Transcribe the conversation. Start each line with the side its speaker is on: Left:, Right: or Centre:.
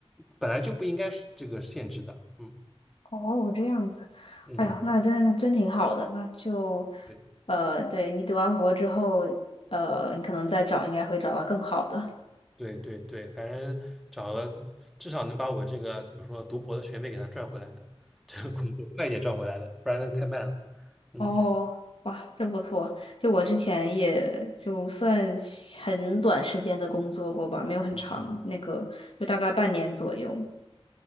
Centre: 本来就不应该是这个限制的。嗯
Left: 哦，这样子，
Centre: 嗯。
Left: 哎呦，那真真挺好的。那就，
Centre: 对。
Left: 呃，对你读完博之后，呃，你可能再找，应该会找到更好的。
Centre: 对对对，反正找个至少能把我这个怎么说读博的学费给他赚回来的，<laughs> 这个工作快一点赚回来的，不然那太慢了。嗯，
Left: 哦，哇，真不错。就我之前也就算很短时间的工作过吧，没有很长，
Centre: 嗯嗯
Left: 那个就大概半年左右。